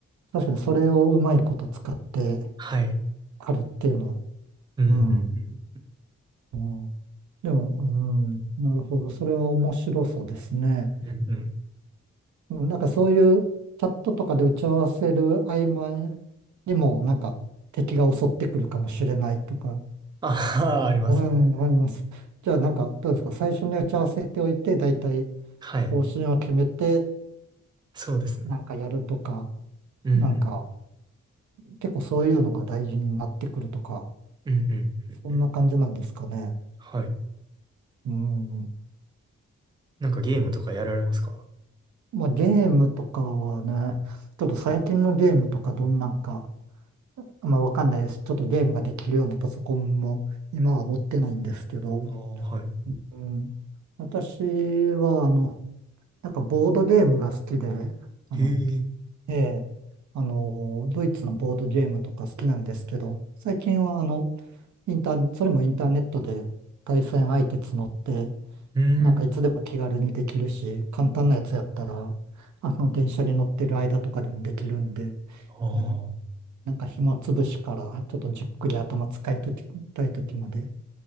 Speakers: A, on the right; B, on the right.
A: 確かにそれをうまいこと使って
B: はい。
A: あるっていうのは、
B: うんうん
A: うん。うん、でも、うん、なるほど。それは面白そうですね。
B: うんうんうん。
A: うんなんかそういうチャットとかで打ち合わせる合間にも、なんか敵が襲ってくるかもしれないとか、
B: ああー、あります。
A: うん、あります。じゃあなんかどうですか、最初に打ち合わせておいて、大体
B: はい。
A: 方針を決めて、
B: そうですね。
A: なんかやるとか、
B: うんうん。
A: なんか結構そういうのが大事になってくるとか、
B: うんうんうんうん。
A: そんな感じなんですかね。
B: はい。
A: うん。うん
B: なんかゲームとかやられますか
A: まあゲームとかはね、ちょっと最近のゲームとかどんなんか、まあ、わかんないです。ちょっとゲームができるようなパソコンも今は持ってないんですけど、
B: ああー、はい。
A: うん、私は、あの、なんかボードゲームが好きで、あの、
B: へえ。
A: ええ、あの、ドイツのボードゲームとか好きなんですけど、最近は、あの、インター、それもインターネットで対戦相手募って、
B: うん。
A: なんかいつでも気軽にできるし、簡単なやつやったら、あの、電車に乗ってる間とかでもできるんで、
B: ああ。
A: ねなんか暇つぶしからちょっとじっくり頭使いときたいときまで、